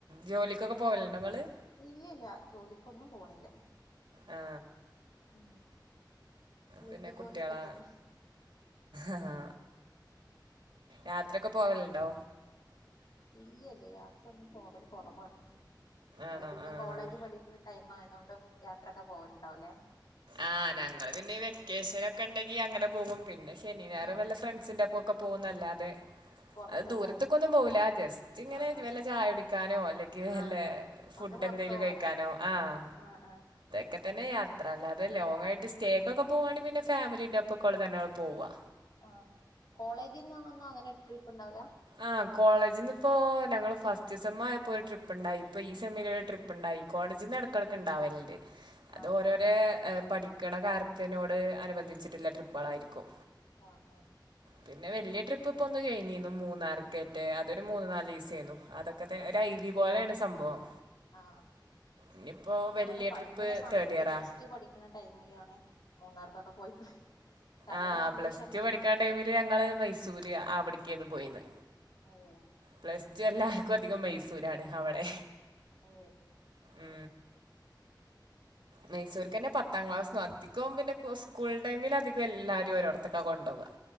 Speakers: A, on the right; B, on the left.
A: ജോലിക്കൊക്കെ പോവല്ണ്ടൊ ഇങ്ങള്?
B: ഇല്ല ഇല്ല ജോലിക്കൊന്നും പോണില്ല
A: ആ
B: ഉം വീട്ടു
A: പിന്നെ കുട്ട്യാളാ
B: ജോലിയൊക്കെ തന്നെ
A: ആഹ് യാത്രെക്കെ പോവല്ണ്ടോ?
B: ഇല്ല്യ ഇല്ല്യ യാത്ര ഒന്നും പോവല് കൊറവാണ് ഇങ്ങള്
A: ആണോ
B: പിന്നെ
A: ആ
B: കോളേജ് പഠിക്കണ ടൈം ആയതോണ്ട് യാത്രൊക്കെ പോവല്ണ്ടാവുല്ലേ?
A: ആഹ് ഞങ്ങള് പിന്നെ ഈ വെക്കേഷൻ ഒക്കെ ഇണ്ടെങ്കി അങ്ങനെ പോകും പിന്നെ ശനിം ഞായറും
B: ആഹ്
A: വല്ല ഫ്രണ്ട്സിന്റെ ഒപ്പം ഒക്കെ പോവുന്നല്ലാതെ
B: പൊറത്ത്
A: അത് ദൂരത്ത്ക്കൊന്നും
B: പോവും
A: പോവൂല്ല ജസ്റ്റ് ഇങ്ങനെ
B: ആഹ് ആഹ്
A: വല്ല ചായ കുടിക്കാനോ അല്ലെങ്കില് വല്ലാ
B: ആഹ്
A: ഫുഡ്
B: ഒന്ന് പൊറത്ത്
A: എന്തേലും
B: പോവാന്
A: കഴിക്കാനോ ആഹ്
B: ആഹ് ആഹ്
A: ക്കെ തന്നെ യാത്ര അല്ലാതെ ലോങ്ങായിട്ട് സ്റ്റേക്കൊക്കെ പോവാണെ പിന്നെ ഫാമിലിൻ്റെ ഒപ്പക്കൊള്ളു തന്നെ പോവ്വാ.
B: ആഹ് കോളേജിന്നൊ ഒന്നും അങ്ങനെ ട്രിപ്പ് ഇണ്ടാവൂല്ല?
A: ആ കോളേജ്ന്ന് പ്പോ ഞങ്ങള് ഫസ്റ്റ് സെമ്മായപ്പോ ഒരു ട്രിപ്പ്ണ്ടായി ഇപ്പ ഈ സെമ്മിലൊരു ട്രിപ്പ് പ്പ്ണ്ടായി കോളേജ്ന്ന്ടകെടക്ക് ണ്ടാവല്ണ്ട് അത്
B: ആഹ്
A: ഓരോരേ
B: ആഹ്
A: പഠിക്ക്ണ കാര്യത്തിനോട് അനുബന്ധി ച്ചിട്ടില്ലെ ട്രിപ്പാളായിരിക്കും
B: ആഹ് ആഹ്
A: പിന്നെ വെല്യ ട്രിപ്പ് ഇപ്പൊന്ന് കഴിഞ്ഞീന്നു മൂന്നാർക്കേറ്റേ അതൊരു മൂന്ന് നാലീസേന്നു അതൊക്കെത്തെന്നെ ഒരു ഐ വി പോലെണ് സംഭവം
B: ആ
A: ഇനിയിപ്പോ വലിയ
B: ഞാനും പഠിക്കണ
A: ട്രിപ്പ്
B: സമയത്ത്
A: തേർഡ് ഇയറാ.
B: പ്ലസ് ടു പഠി ക്ക്ണടൈമിലാണ് മൂന്നാർക്കൊക്കെ പോയിക്ക്ണ് കല്യാണം
A: ആ
B: കഴിഞ്ഞ
A: പ്ലസ്
B: ശേഷം അങ്ങനെ
A: ടു പഠിക്ക്ണ
B: പോയിട്ടില്ല
A: ടൈമില് ഞങ്ങള് മൈസൂര് അവിട്ക്കേന്നു പോയിന്ന്
B: <unintelligible>
A: പ്ലസ് ടു എല്ലാര്ക്കും അധികം മൈസൂരാണ് അവടെ
B: ഏ
A: ഉം മൈസൂര്ക്കെന്നെ പത്താം ക്ലാസ്ന്നധികോം പിന്നെ സ്കൂൾ ടൈമില്ധികം എല്ലാരും ഓരോട്ത്ത്ക്ക കൊണ്ടോവ